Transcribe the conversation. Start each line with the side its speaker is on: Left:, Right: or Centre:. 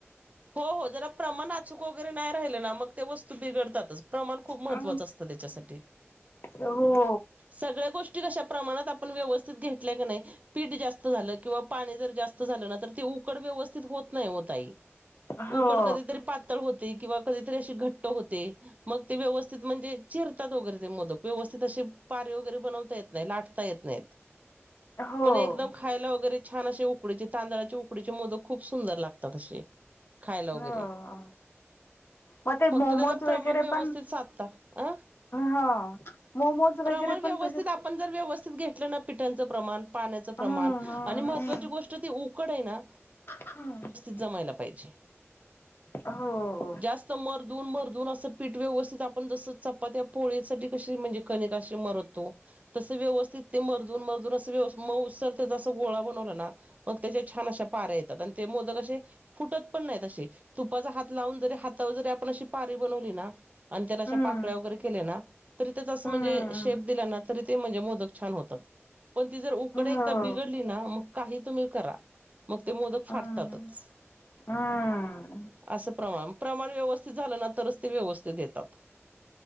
Right: हो, हो, जरा प्रमाण अचूक वगैरे नाही राहिले ना,, मग ते वस्तू बिघडतातच. प्रमाण खूप महत्वाचं
Left: अ
Right: असतं त्याच्यासाठी.
Left: हो
Right: सगळ्या गोष्टी कश्या प्रमाणात आपण व्यवस्थित घेतल्या का नाही पीठ जास्त झालं,, किंवा पाणी जर जास्त झालं,, ना तर ते उकड व्यवस्थित होत नाही, हो ताई
Left: हो
Right: उकड कधीतरी पातळ होते. किंवा कधीतरी अशी घट्ट होते. मग ते व्यवस्थित म्हणजे चिरतात वगैरे ते मोदक. व्यवस्थित असे पारे वगैरे बनवता येत नाही. लाटता येत नाहीत.
Left: हो
Right: पण एकदम खायला वगैरे छान असे उकडीचे, तांदळाचे उकडीचे मोदक खूप सुंदर लागतात असे. खायला वगैरे
Left: हो हा मग ते
Right: फक्त
Left: मोमोज
Right: त्याचं प्रमाण
Left: वगैरे
Right: व्यवस्थित
Left: पण
Right: साधता अ
Left: हा मोमोज
Right: प्रमाण
Left: वगैरे
Right: व्यवस्थित
Left: पण तसेच
Right: आपण जर व्यवस्थित घेतलं ना, पिठांचं प्रमाण पाण्याचं प्रमाण
Left: हम्म हम्म
Right: आणि महत्वाची गोष्ट ती उकड आहे ना
Left: हम्म
Right: व्यवस्थित जमायला पाहिजे.
Left: हो.
Right: जास्त मरदून मरदून असं पीठ व्यवस्थित आपण जस चपात्या पोळीसाठी कशी म्हणजे कनिक अशी मरदतो. तस व्यवस्थित ते मर्जून मर्जून असं व्यवस्थ मऊ सर त्याच अस गोळा बनवला ना मग त्याच्या छान अशा पार्या येतात,, आणि ते मोदक असे फुटत पण नाही तशी. तुपाचा हात लावून जरी हातावर जरी आपण अशी पारी बनवली ना आणि त्याला अशा
Left: हम्म
Right: पाकळ्या वगैरे केलं ना. आस
Left: हम्म
Right: म्हणजे शेप दि ना तरी ते म्हणजे मोदक छान होतात. पण ती जर उकडं एकदा
Left: हो
Right: बिघडली ना मग काही तुम्ही करा मग ते मोदक
Left: हम्म
Right: फाटतातच.
Left: हम्म
Right: असं प्रमाण. प्रमाण व्यवस्थित झालं ना तरच ते व्यवस्थित येतात.